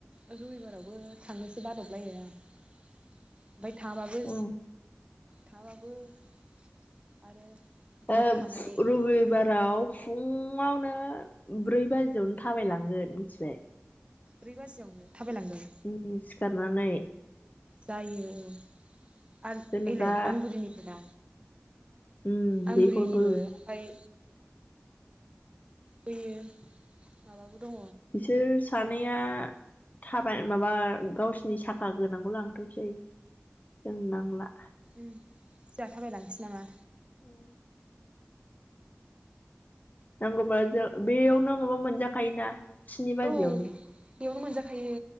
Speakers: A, on the right (about 25°); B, on the left (about 35°).
A: रबिबारावबो थांनोसो बादबलायो आं। ओमफाय थाङाबाबो
B: उम
A: थाङाबाबो बो आरो ग्रुप
B: ओ
A: थांनानै
B: रबिबाराव
A: जानाय नङाना
B: फुं फुङावनो ब्रै बाजियावनो थाबायलांगोन मिथिबाय।
A: ब्रै बाजियावनो? थाबायलांगोन
B: उम सिखारनानै।
A: जायो औ आरो
B: जेनेबा
A: ओइलाय आमगुरिनिबो ना
B: उम
A: आमगुरिनिबो
B: बेखौबो
A: ओमफाय बैयो माबाबो दङ
B: बिसोर सानैया थाबाय माबा गावसिनि साखा गोनांखौ लांथोंसै जोंनो नांला।
A: उम जोंहा थाबायलांसै नामा?
B: ओं नांगौब्ला जों बेयावनो माबा मोनजाखायोना स्नि बाजियावनो
A: औ बेयावनो मोनजाखायो